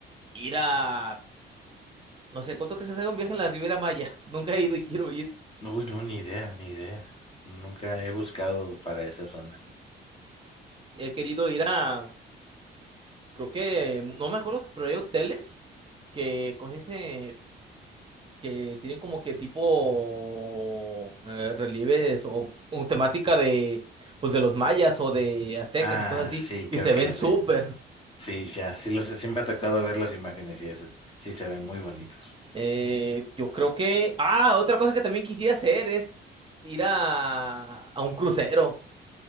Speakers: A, on the right (about 25°); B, on the left (about 25°).
A: ir a, no sé, ¿cuánto crees que se haga un viaje en la Riviera Maya? <laughs> Nunca he ido y quiero ir.
B: Uy, no, ni idea, ni idea. Nunca he buscado para esa zona.
A: He querido ir a, creo que, no me acuerdo, pero hay hoteles que con ese, que tienen como que tipo eh, relieves o, o temática de, pues de los mayas o de aztecas
B: Ah,
A: y cosas así,
B: sí,
A: y
B: creo
A: se
B: que
A: ven
B: ya
A: súper.
B: sé. Sí, ya, sí, los, sí me ha tocado ver las imágenes y eso. Sí, se ven muy bonitos.
A: Eh, yo creo que. Ah, otra cosa que también quisiera hacer es ir a, a un crucero.